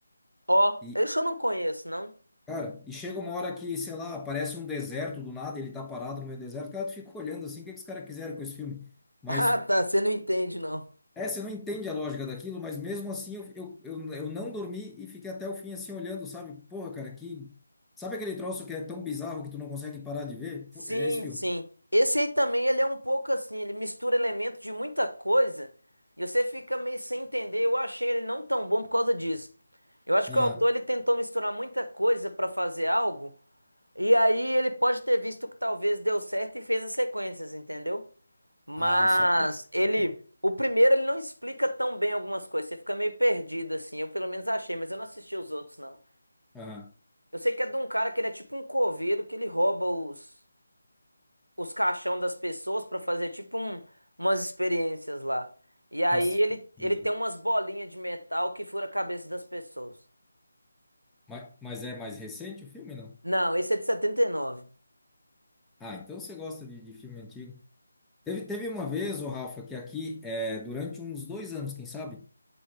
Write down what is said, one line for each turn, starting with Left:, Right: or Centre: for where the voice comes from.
Right: Ó,
Centre: E,
Right: esse eu não conheço, não. <laughs>
Centre: cara, e chega uma hora que, sei lá, aparece um deserto do nada, ele tá parado no meio do deserto, cara, tu fica olhando assim, o que que os caras quiseram com esse filme? Mas
Right: Ah, tá, você não entende, não.
Centre: É, você não entende a lógica daquilo, mas mesmo assim eu, eu, eu, eu não dormi e fiquei até o fim assim olhando, sabe? Porra, cara, que. Sabe aquele troço que é tão bizarro que tu não consegue parar de ver?
Right: Sim,
Centre: Fu- É esse filme.
Right: sim. Esse aí também, ele é um pouco assim, ele mistura elementos de muita coisa e você fica meio sem entender. Eu achei ele não tão bom por causa disso. Eu acho que
Centre: Aham.
Right: o autor ele tentou misturar muita coisa pra fazer algo e aí ele pode ter visto que talvez deu certo e fez as sequências, entendeu? Mas
Centre: Ah, saquei.
Right: ele,
Centre: saquei.
Right: o primeiro ele não explica tão bem algumas coisas, você fica meio perdido assim. Eu pelo menos achei, mas eu não assisti os outros não.
Centre: Aham.
Right: Eu sei que é de um cara que ele é tipo um coveiro que ele rouba os os caixão das pessoas pra fazer tipo um- umas experiências lá. E aí
Centre: Nossa,
Right: ele,
Centre: que
Right: ele
Centre: bizarro.
Right: tem umas bolinhas de metal que fura a cabeça das pessoas.
Centre: Mas, mas é mais recente o filme, não?
Right: Não, esse é de 79.
Centre: Ah, então você gosta de, de filme antigo. Teve, teve uma vez, o Rafa, que aqui, é, durante uns dois anos, quem sabe,